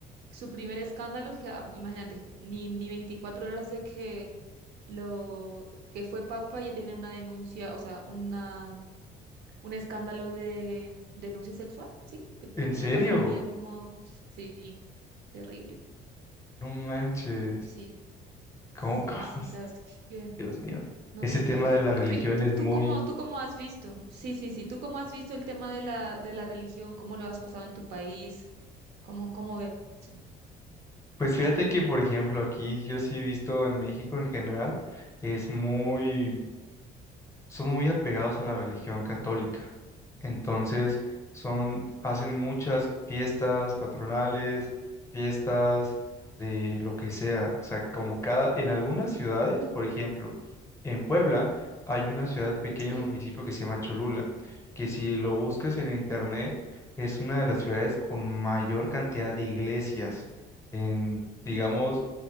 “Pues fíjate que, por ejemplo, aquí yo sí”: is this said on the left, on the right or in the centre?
Left